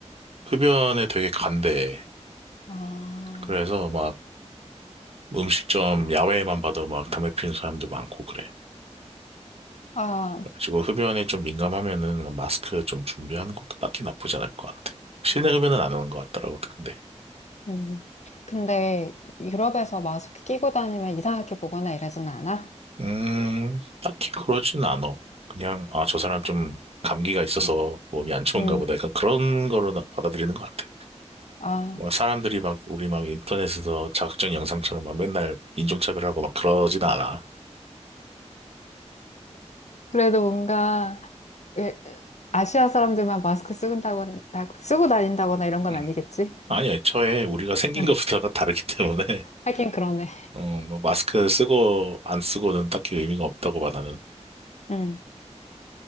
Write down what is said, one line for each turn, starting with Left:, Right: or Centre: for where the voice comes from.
Right: 흡연에 되게 간대.
Left: 아,
Right: 그래서 막 음식점 야외에만 봐도 막 담배 피는 사람들 많고 그래.
Left: 아.
Right: 그리고 흡연이 좀 민감하면은 마스크 좀 준비하는 것도 딱히 나쁘지 않을 것 같아. 실내 흡연은 안 하는 것 같더라고, 근데.
Left: 음. 근데 유럽에서 마스크 끼고 다니면 이상하게 보거나 이러진 않아?
Right: 음, 딱히 그러진 않아. 그냥, 아, 저 사람 좀 감기가 있어서 몸이 안 좋은가
Left: 음.
Right: 보다. 약간 그런 거로 나- 받아들이는 것 같아.
Left: 아,
Right: 뭐, 사람들이 막, 우리 막 인터넷에서 자극적인 영상처럼 막 맨날 인종차별하고 막 그러진 않아.
Left: 그래도 뭔가 왜- 아시아 사람들만 마스크 쓰고 다고- 쓰고 다닌다거나 이런 건
Right: 음.
Left: 아니겠지?
Right: 아니, 애초에 우리가 생긴
Left: 응.
Right: 것부터가 다르기 때문에, <laughs>
Left: 하긴 그러네.
Right: 어, 뭐, 마스크 쓰고 안 쓰고는 딱히 의미가 없다고 봐, 나는.
Left: 음.